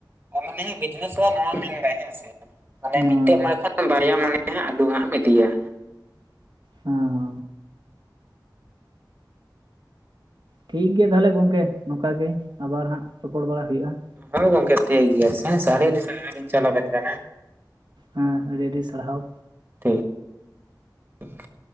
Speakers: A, on the right (about 30°); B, on the right (about 70°).
A: ᱚᱱᱟ ᱱᱤᱭᱮᱹ ᱵᱤᱡᱽᱱᱮᱥ ᱦᱚ ᱦᱟᱜ ᱱᱚᱣᱟ ᱢᱮᱱ ᱫᱟᱭ ᱦᱮᱸᱥᱮ ᱢᱟᱱᱮ
B: ᱚᱸ
A: ᱢᱤᱫᱴᱮᱡ
B: ᱦᱮᱸ
A: ᱮᱢᱟᱭ ᱠᱷᱚᱡ᱾ ᱵᱟᱨᱭᱟ ᱢᱟᱱᱮ ᱦᱟᱜ ᱟᱞᱩ ᱦᱟᱜ ᱮᱢ ᱤᱫᱤᱭᱟ᱾
B: ᱦᱮᱸᱻ ᱦᱮᱸᱻ᱾ ᱴᱷᱤᱠ ᱜᱮᱭᱟ ᱛᱟᱦᱚᱞᱮ ᱜᱚᱝᱠᱮ ᱱᱚᱝᱠᱟ ᱜᱮ, ᱟᱵᱟᱨ ᱦᱟᱜ ᱨᱚᱯᱚᱲ ᱵᱟᱲᱟ ᱦᱩᱭᱩᱜᱼᱟ ᱾
A: ᱦᱳᱭ ᱜᱚᱝᱠᱮ ᱴᱷᱤᱠ ᱜᱮᱭᱟ ᱥᱮ ᱦᱮᱥᱮ, ᱟᱹᱰᱤ ᱟᱹᱰᱤ ᱥᱟᱨᱦᱟᱣ ᱞᱤᱧ ᱪᱟᱞ ᱟᱵᱮᱱ ᱠᱟᱱᱟ᱾
B: ᱦᱩᱸ ᱟᱹᱰᱤ ᱟᱹᱰᱤ ᱥᱟᱨᱦᱟᱣ᱾
A: ᱴᱷᱤᱠ ᱻ᱾